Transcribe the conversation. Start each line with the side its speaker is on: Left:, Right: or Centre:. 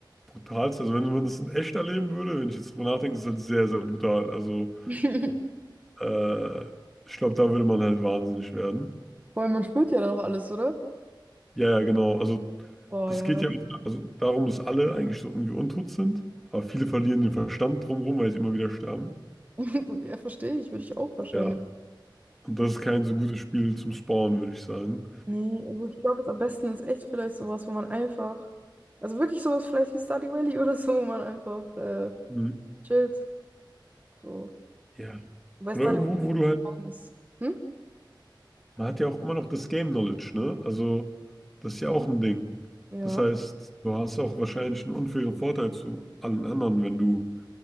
Centre: brutalste, also wenn man das in echt erleben würde, wenn ich jetzt drüber nachdenke, ist das halt sehr, sehr brutal. Also
Right: <laughs>
Centre: äh, ich glaube, da würde man halt wahnsinnig werden.
Right: Vor allem, man spürt ja dann auch alles, oder?
Centre: Ja, ja, genau. Also
Right: Boah,
Centre: das
Right: ja,
Centre: geht
Right: weiß.
Centre: ja auch also darum, dass alle eigentlich so irgendwie untot sind, aber viele verlieren den Verstand drumherum, weil sie immer wieder sterben.
Right: <laughs> Ja, verstehe ich, würde ich auch wahrscheinlich.
Centre: Ja, und das ist kein so gutes Spiel zum Spawnen, würde ich sagen.
Right: Nee, also ich glaube, am besten ist echt vielleicht sowas, wo man einfach, also wirklich sowas vielleicht wie Stardew Valley <laughs> oder so, wo man einfach äh,
Centre: Mhm.
Right: chillt. So.
Centre: Ja.
Right: Wobei
Centre: Oder
Right: Stardew
Centre: irgendwo,
Right: Valley ein bisschen
Centre: wo du
Right: zu
Centre: halt
Right: klein ist. Hm?
Centre: Man hat ja auch immer noch das Game Knowledge, ne? Also, das ist ja auch ein Ding.
Right: Ja.
Centre: Das heißt, du hast auch wahrscheinlich einen unfairen Vorteil zu allen anderen, wenn du,